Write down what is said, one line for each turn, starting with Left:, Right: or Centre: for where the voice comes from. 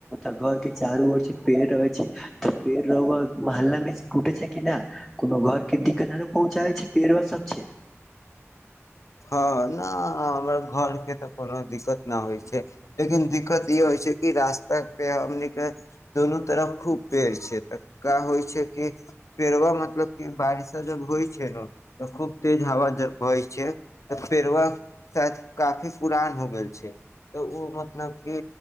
Centre: घर के चारूर पेड़ रहै छै तऽ पेड़ मोहल्ला मे टूटे छै। कि नहि कोनो घरके दिक्कत आर पहुँचाबै छै, पेड़ा सब छै।
Left: हँ ने हमर घरके तऽ कोनो दिक्कत नहि होइ छै। लेकिन दिक्कत ई होइ छै। कि रास्ता पे हमने दुनू तरफ खूब पेड़ छै। तका होइ छै। कि पेड़बा मतलब कि बारिशा जब होइ छै ने तऽ खूब तेज हवा ज होहै छै, तऽ पेड़वा शायद काफी पुरान हो गेल छै। तऽ ओ मतलब कि